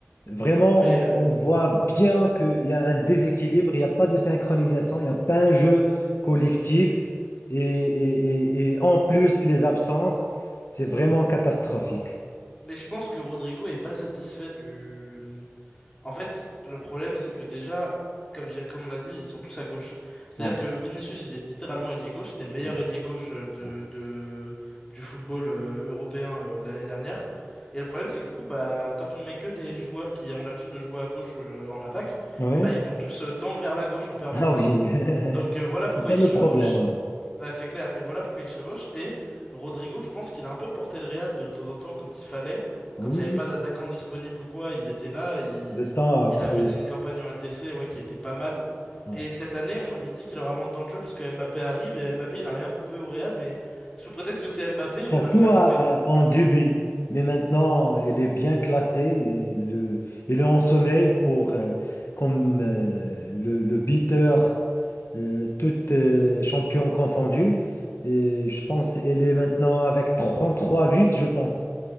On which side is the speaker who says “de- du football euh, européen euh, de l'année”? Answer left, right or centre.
Left